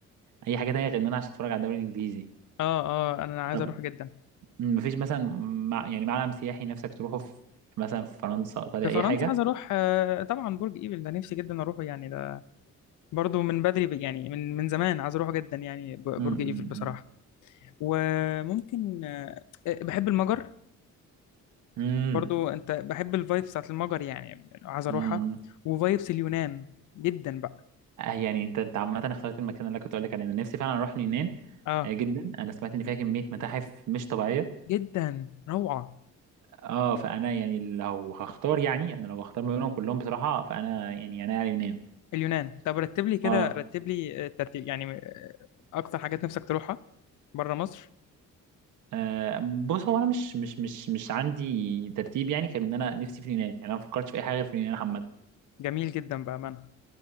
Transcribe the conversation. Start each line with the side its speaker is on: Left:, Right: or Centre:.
Right: اي حاجة تانية غير ان انا عشان اتفرج على الدوري الانجليزي
Left: اه اه انا عايز
Right: طب
Left: اروح جدا
Right: مم، مفيش مثلا مع يعني معلم سياحي نفسك تروحه في مثلا في فرنسا ايطاليا
Left: في فرنسا
Right: اي حاجة
Left: عايز اروح آه، طبعا برج ايفل ده نفسي جدا اروحه يعني ده برضو من بدري ب- يعني من من زمان عايز اروحه جدا يعني ب-
Right: امم
Left: برج ايفل بصراحه وممكن آه، آه، بحب المجر
Right: امم
Left: برضو انت بحب الفايبس بتاعت المجر يعني عايز اروحها
Right: امم
Left: وفايبس اليونان جدا بقى
Right: آه يعني انت انت عامة اخترت المكان اللي أنا كنت اقول لك عليه انا نفسي فعلا اروح اليونان
Left: اه
Right: آه، جدا انا سمعت ان فيها كمية متاحف مش طبيعية
Left: جدا روعة
Right: اه فانا يعني لو هختار يعني انا لو هختار ما بينهم كلهم بصراحه فانا يعني انا على اليونان
Left: اليونان طب رتب لي كده
Right: اه
Left: رتب لي الترتيب يعني آه، اكتر حاجات نفسك تروحها بره مصر
Right: آه، بص هو انا مش مش مش مش عندي ترتيب يعني غير ان انا نفسي في اليونان يعني انا ما فكرتش في اي حاجه غير في اليونان عامه
Left: جميل جدا بأمانة